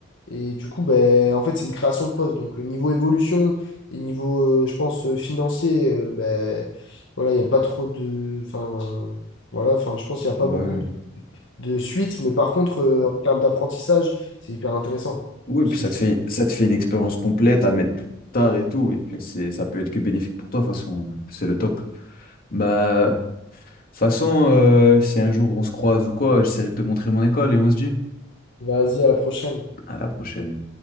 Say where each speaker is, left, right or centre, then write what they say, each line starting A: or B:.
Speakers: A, on the left (about 65°); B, on the left (about 45°).
A: Et du coup, ben, en fait, c'est une création de poste. Donc, euh, niveau évolution et niveau, euh, je pense, euh, financier, euh, ben, voilà, il n'y a pas trop de. Enfin, voilà, enfin, je pense qu'il n'y a pas
B: Ouais.
A: beaucoup de de suite. Mais par contre, euh, en termes d'apprentissage, c'est hyper intéressant.
B: Oui,
A: Parce
B: puis
A: que
B: ça
A: tu.
B: te fait, ça te fait une expérience complète à mettre plus tard et tout. Et puis, c'est, ça peut être que bénéfique pour toi, de toute façon. C'est le top. Bah, de toute façon, euh, si un jour on se croise ou quoi, j'essaierai de te montrer mon école et on se dit
A: Vas-y, à la prochaine.
B: à la prochaine.